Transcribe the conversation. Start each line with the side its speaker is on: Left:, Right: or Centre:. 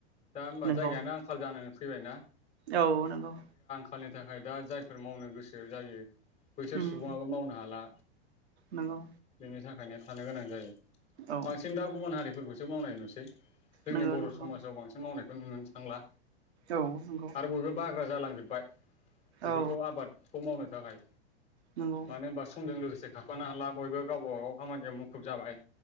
Left: दा होनबा
Right: नंगौ
Left: जायगायानो आंखाल जानो फैबाय ना
Right: औ नंगौ।
Left: खालनि थाखाय दा जायफोर मावनो गोसो जायो बैसोर
Right: उम
Left: सुबुङाबो मावनो हाला।
Right: नंगौ
Left: <unintelligible> थानाया थानो गोनां जायो।
Right: औ
Left: बांसिन दा गुबुन हारि फोरखौसो मावनाय नुसै। जोंनि
Right: नंगौ
Left: बर'
Right: नंगौ
Left: समाजाव बांसिन मावनाय खौ नुनो थांला।
Right: औ नंगौ।
Left: आरो बयबो बाग्रा जालांजोब्बाय बेफोरखौ
Right: औ
Left: आबादखौ मावनो थाखाय
Right: नंगौ
Left: मानो होनबा समजों लोगोसे से खारफानो हाला। बयबो गावबागाव खामानियाव मुखुब जाबाय ।